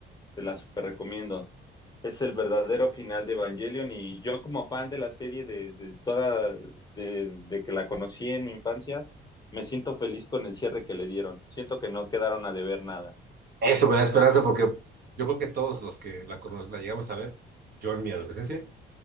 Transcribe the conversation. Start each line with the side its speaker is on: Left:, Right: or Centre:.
Left: te la super recomiendo. Es el verdadero final de Evangelion y yo como fan de la serie de, de toda, de, de que la conocí en mi infancia, me siento feliz con el cierre que le dieron. Siento que no quedaron a deber nada.
Right: Eso me da esperanza porque yo creo que todos los que la, cono- la llegamos a ver, yo en mi adolescencia,